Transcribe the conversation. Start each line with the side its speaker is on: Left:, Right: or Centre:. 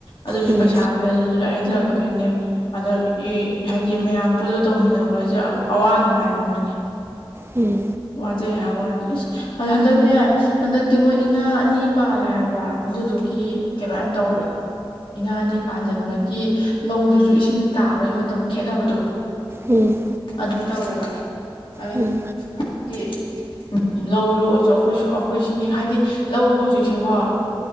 Left: ꯑꯗꯨꯁꯨ
Right: ꯎꯝ
Left: ꯄꯩꯁꯥꯗꯨꯗꯤ ꯑꯗꯨꯗ ꯂꯣꯏ ꯍꯩꯗꯔꯛꯀꯗꯣꯏꯅꯦ ꯑꯗ ꯏ-ꯍꯥꯏꯗꯤ ꯃꯌꯥꯝ ꯄꯨꯜꯂ ꯇꯧꯃꯤꯟꯅꯕꯖꯦ ꯑꯋꯥ ꯅꯨꯡꯉꯥꯏꯒꯨꯝꯕꯅꯦ
Right: ꯎꯝ
Left: ꯋꯥꯖꯩ ꯍꯥꯏꯕ ꯋꯥꯅꯤ ꯏꯁ ꯑꯗꯨ ꯍꯟꯗꯛꯅꯦ ꯍꯟꯗꯛꯇꯤ ꯃꯣꯏ ꯏꯉꯥ ꯑꯅꯤ ꯄꯥꯜꯂꯦ ꯍꯥꯏꯕ꯭ꯔꯥ ꯑꯗꯨꯗꯨꯒꯤ ꯀꯩꯅꯣ ꯌꯥꯝ ꯇꯧꯋꯦꯕ ꯏꯉꯥ ꯑꯅꯤ ꯄꯥꯟꯖꯟꯕꯒꯤ ꯂꯧꯗꯨꯖꯨ ꯏꯁꯤꯡ ꯇꯥꯕꯩ ꯃꯇꯝ ꯈꯦꯠꯅꯕꯗꯣ
Right: ꯎꯝ
Left: ꯑꯗꯨ ꯇꯧꯋꯦꯕ ꯑꯗꯨ
Right: ꯎꯝ
Left: <unintelligible> ꯂꯧ ꯂꯣꯛꯑꯖꯨ ꯑꯈꯣꯏꯁꯨ ꯑꯩꯈꯣꯏꯁꯤꯒꯤ ꯍꯥꯏꯗꯤ ꯂꯧ ꯍꯧꯖꯤꯛꯁꯦꯀꯣ